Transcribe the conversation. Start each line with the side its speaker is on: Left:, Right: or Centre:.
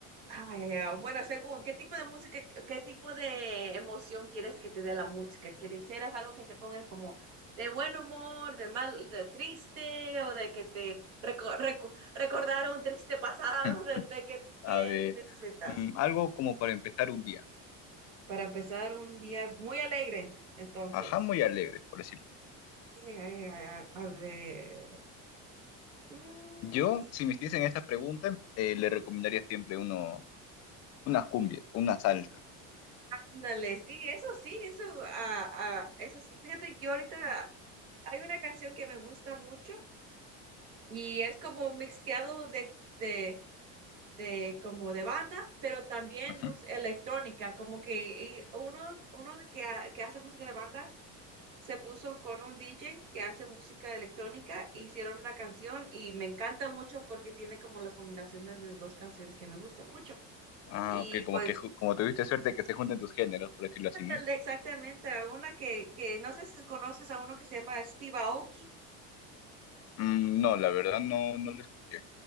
Right: Ay, ay, ay. Bueno, según, ¿qué tipo de música, qué tipo de emoción quieres que te dé la música? ¿Quisieras algo que te ponga como de buen humor, de mal, de triste, o de que te reco- reco- recordar un triste pasado,
Left: ver. <laughs>
Right: de, de que,
Left: Hmm,
Right: que
Left: A ver,
Right: necesitas?
Left: mm, algo como para empezar un día.
Right: Para empezar un día muy alegre, entonces.
Left: Ajá, muy alegre, por decirlo. así.
Right: Ay, ay, ay, ay, a ver. Mm,
Left: Yo, si me hiciesen esta pregunta, eh, le recomendaría siempre uno, unas cumbias, una salsa.
Right: ándale, sí, eso sí, eso, ah, ah, eso sí. Fíjate que yo ahorita hay una canción que me gusta mucho y es como un mixteado de, de, de como de banda, pero también
Left: Ujú.
Right: música electrónica, como que uno, uno que, ha- que hace música de banda se puso con un DJ que hace música electrónica, hicieron una canción y me encanta mucho porque tiene como las combinaciones de dos canciones que me gustan mucho.
Left: Ah,
Right: Y
Left: ok,
Right: pues,
Left: como que ju- como tuviste suerte que se junten tus géneros, por decirlo así,
Right: ándale,
Left: ¿no?
Right: exactamente, a una que, que no sé si conoces a uno que se llama Steve Aoki
Left: Mm, no, la verdad no, no lo escuché.